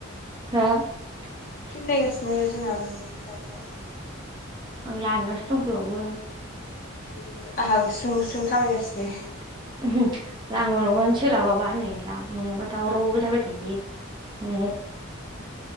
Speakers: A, on the right (about 20°); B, on the left (about 40°).
A: हा <unintelligible>
B: फिल्म नायगासिनो जोंनाबो दावराव <unintelligible>
A: आं लामायावसो दंफैबावो
B: रैै आंहा उसुं उसुं थाबायगासिनो
A: उहु लामनङाबानो सोलाबाबा नै। गैला नङाबा दावराव जाबाय थायो, न'आव।